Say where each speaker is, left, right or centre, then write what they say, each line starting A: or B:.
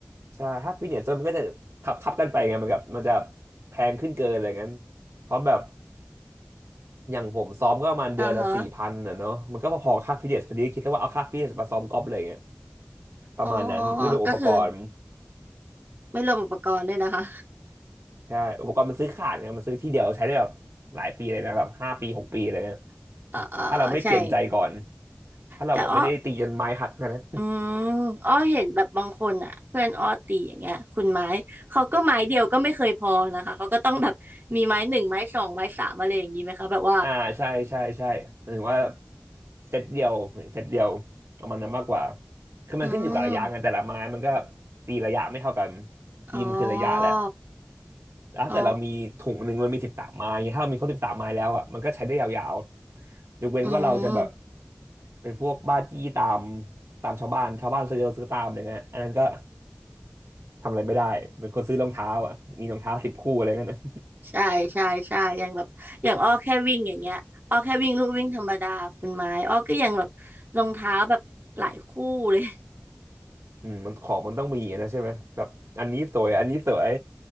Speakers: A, on the right; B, on the right.
A: ใช่ถ้าฟิตเนสมันก็จะขับทับกันไปไงมันกับมันจะแพงขึ้นเกินอะไรงั้นเพราะแบบอย่างผมซ้อมก็ประมาณเดือนละสี่พันอ่ะเนาะมันก็พอๆค่าฟิตเนสพอดีคิดซะว่าเอาค่าฟิตเนสมาซ้อมกอล์ฟเลยเนี่ย
B: เออฮะ
A: ประมาณนั้นไม่รวมอุปกรณ์
B: อ๋อก็คือไม่รวมอุปกรณ์ด้วยนะคะ
A: ใช่อุปกรณ์มันซื้อขาดไงมันซื้อที่เดียวใช้ได้แบบหลายปีเลยนะแบบห้าปีหกปีอะไรเงี้ย
B: <laughs> เออเออเออใช่
A: ถ้าเราไม่เปลี่ยนใจก่อนถ้าเราแบบไม่ได้ตีจนไม้หักนะนะ
B: แต่อ้ออืมอ้อเห็นแบบบางคนอ่ะเพื่อนอ้อตีอย่างเงี้ยคุณไม้เขาก็ไม้เดียวก็ไม่เคยพอนะคะ เขาก็ต้องแบบมีไม้หนึ่งไม้สองไม้สามอะไรอย่างนี้ไหมคะแบบว่า
A: อ่าใช่ใช่ใช่หมายถึงว่าเซตเดียวเหมือนเซตเดียวประมาณนั้นมากกว่าคือมันขึ้นอยู่กับระยะกันแต่ละไม้มันก็
B: อืม
A: ตีระยะไม่เท่ากันทีมคือระยะแหละ
B: อ๋อ
A: แล้วถ้าเกิดเรามีถุงหนึ่งมันมีสิบสามไม้อย่างเงี้ยถ้าเรามีครบสิบสามไม้แล้วอ่ะมันก็ใช้ได้ยาวๆยกเว้นว่าเราจะแบบ
B: อ๋ออืม
A: เป็นพวกบ้าจี้ตามตามชาวบ้านชาวบ้านซื้อเราซื้อตามอะไรเงี้ยอันนั้นก็ทำอะไรไม่ได้เป็นคนซื้อรองเท้าอ่ะมีรองเท้าสิบคู่อะไรเงี้ยนะ
B: ใช่ใช่ใช่อย่างแบบอย่างอ้อแค่วิ่งอย่างเงี้ยอ้อแค่วิ่งลู่วิ่งธรรมดาคุณไม้อ้อก็ยังแบบรองเท้าแบบหลายคู่เลย
A: อืมมันของมันต้องมีอะนะใช่ไหมแบบอันนี้สวยอันนี้สวย